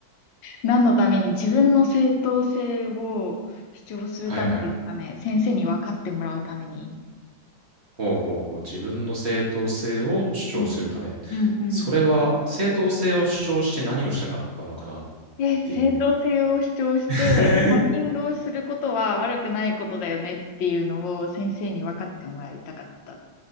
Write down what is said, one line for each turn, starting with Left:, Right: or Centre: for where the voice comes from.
Left: 何のために自分の正当性を主張するためですかね。
Right: はいはいはい。
Left: 先生に分かってもらうために。
Right: ほうほうほう。自分の正当性を主張するため。
Left: うん、うん、うん。
Right: それは正当性を主張して何をしたかったのかなっ
Left: で、正当性を主張して、
Right: ていう。<laughs>
Left: カンニングをすることは悪くないことだよねっていうのを先生に分かってもらいたかった